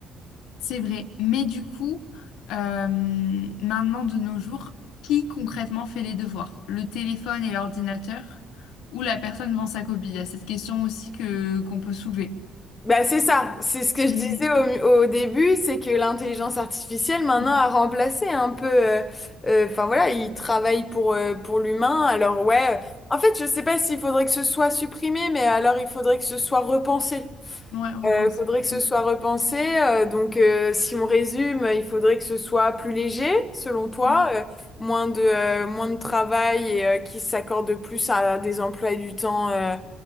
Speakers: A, on the left; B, on the left.
A: C'est vrai. Mais du coup, euh, maintenant de nos jours, qui concrètement fait les devoirs? Le téléphone et l'ordinateur ou la personne devant sa copie? Il y a cette question aussi que qu'on peut soulever.
B: Bah, c'est ça, c'est ce que je
A: Mm,
B: disais au, au début, c'est que l'intelligence artificielle maintenant
A: mm,
B: a remplacé un peu, euh, euh, enfin voilà, il travaille pour, euh, pour l'humain, alors ouais, euh, en fait je sais pas s'il faudrait que ce soit supprimé, mais alors il faudrait que ce soit repensé.
A: mm. Ouais, repense.
B: Euh, faudrait que ce
A: Mm,
B: soit repensé, euh, donc euh, si on résume, il faudrait que ce soit plus léger, selon toi,
A: mm.
B: euh, moins de, euh, moins de travail et euh, qui s'accorde plus à des emplois du temps, euh,